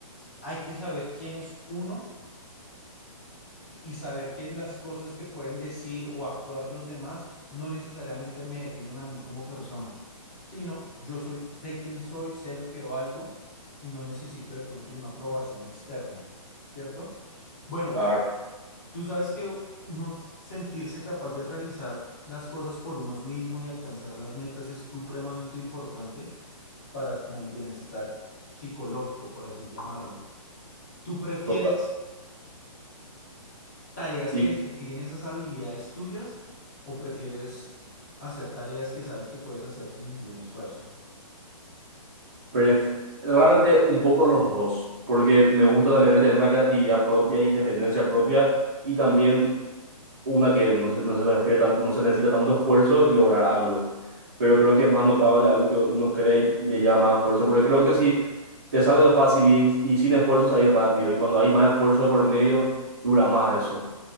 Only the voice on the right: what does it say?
claro,
total.
Y
Pref- realmente un poco los dos, porque me gusta también el tener una creatividad propia, independencia propia y también una que no se, no se refiere tan- no se necesita tanto esfuerzo y lograr algo. Pero creo que es más notable algo que uno crea y, y le lleva más esfuerzo, porque creo que si te sale algo fácil y, y sin esfuerzo, ahí rápido. Y cuando hay más esfuerzo de por medio, dura más eso